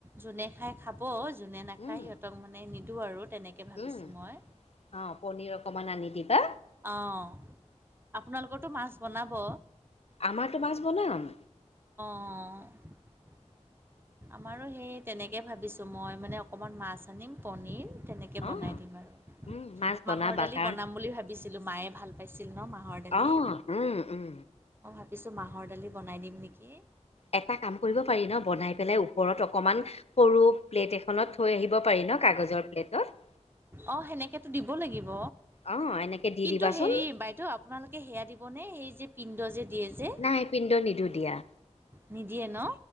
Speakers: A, on the right; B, on the left.
A: জোনে খায় খাব জোনে নাখায়
B: উম
A: সিহঁতক মানে নিদিওঁ আৰু তেনেকৈ ভাবিছোঁ
B: উম
A: মই।
B: অ পনিৰ অকমান আনি দিবা
A: অ' আপোনালোকৰটো মাছ বনাব।
B: আমাৰটো মাছ বনাম।
A: অ' আমাৰো সেই তেনেকৈ ভাবিছোঁ, মই মানে অকনমান মাছ আনিম, পনীৰ- তেনেকৈ বনাই
B: অ
A: দিম আৰু
B: উম, মাছ বনাবা
A: মাহৰ দালি
B: কাৰণ
A: বনাম বুলি ভাবিছিলোঁ মায়ে ভাল পাইছিল। দিম ন মাহৰ দালি
B: অ', উম, উম।
A: অহাৰ পিছত মাহৰ দালি বনাই দিম নেকি?
B: এটা কাম কৰিব পাৰি ন, বনাই পেলাই ওপৰত অকমান সৰু প্লেট এখনত থৈ আহিব পাৰি। কাগজৰ প্লেটত
A: অ সেনেকাতো দিব লাগিব।
B: অ', এনেকে দি
A: কিন্তু
B: দিবাচোন।
A: হেৰি, বাইদেউ আপোনালোকে সেয়া দিবনে সেই যে পিণ্ড যে- দিয়ে যে
B: নাই পিণ্ড নিদিওঁ দিয়া
A: নিদিয়ে ন,